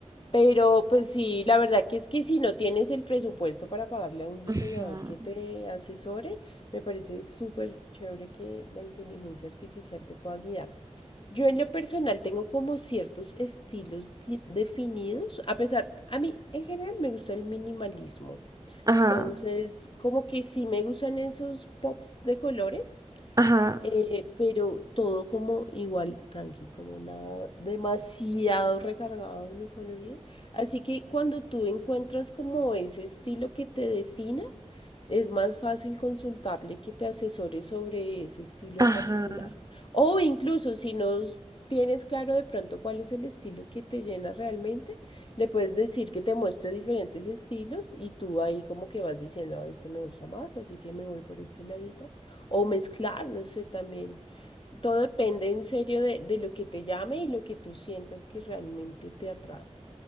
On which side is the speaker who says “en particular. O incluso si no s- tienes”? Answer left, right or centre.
Left